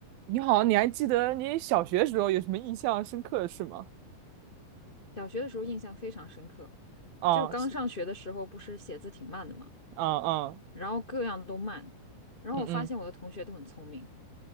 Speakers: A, on the right (about 80°); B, on the left (about 30°).
A: 你好，你还记得你小学时候有什么印象深刻的事吗？
B: 小学的时候印象非常深刻，
A: 啊，
B: 就是刚上学的时候，
A: 是
B: 不是写字挺慢的嘛，
A: 啊啊，
B: 然后各样都慢，然后我发现我的同学都很聪明，
A: 嗯嗯，